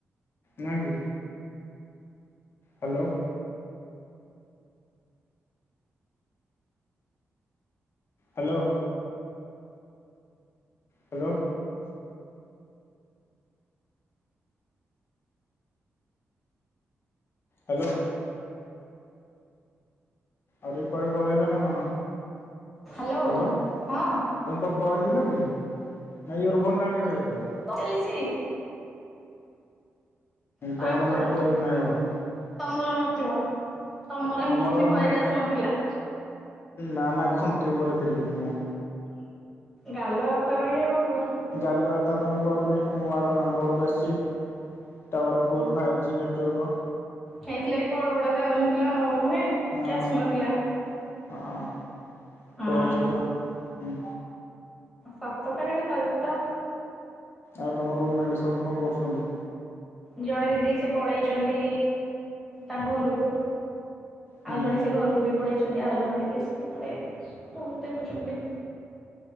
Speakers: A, on the left; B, in the centre.
A: ନା କି? ହାଲୋ। ହାଲୋ। ହାଲୋ। ହାଲୋ। ଆରେ କୁଆଡ଼େ ପଳେଇଲ ନା କଣ?
B: ହାଲୋ
A: ହ୍ୟାଲୋ
B: ହଁ।
A: ତମେ କୁଆଡ଼େ ପଳେଇଥିଲ କି ନା ଏୟାରଫୋନେଟା ଆଣିବାକୁ ଯାଇଥିଲ।
B: ଚାଲିଛିଇ <unintelligible> ପା
A: ତମର
B: କ
A: ନେଟୱାର୍କ
B: ତମର
A: ନାହିଁ ବୋଧେ
B: ନଥିବ। ତମର ହିଁ
A: ଆମର
B: କିଛି ଭୟସ
A: ନେଟ
B: ଆସୁନଥିଲା।
A: ନା ନା ଖୁଣ୍ଟି ଉପରେ ଥିଲି ମୁଁ।
B: ଗାଲୁଆ କଥା କହିବାକୁ।
A: ଗାଲୁଆ କଥା ତ ମୁଁ କରୁନି ମୁଁ ଆଗ ମାମୁ ଘରକୁ ଆସିଛି। Tower full five G network.
B: ହେଇଥିଲା ଏ କଳଗୁଡା ଯାଉନଥିଲା ଆଉ ନୁହେ
A: ହଁ
B: କି ଆସୁନଥିଲା।
A: ହଁ।
B: ହଁ
A: କହୁଛ ତ ହୁଁ
B: ସତ ଜାଗାରେ କାଲି ତ।
A: ଆଉ ତମ ରୁମ୍ ମେଣ୍ଟ ସବୁ କଣ କରୁଛନ୍ତି?
B: ଜଣେ ଦିଦି ସେ ପଳେଇଛନ୍ତି ତାଙ୍କ ଘରକୁ।
A: ହୁଁ
B: ଆଉ ଜଣେ ସେ ଘରକୁ ବି ପଳେଇଛନ୍ତି ଆଉ ଜଣେ ଦିଦି ସେପଟେ ଫୋନ୍ ଦେଖୁଛନ୍ତି।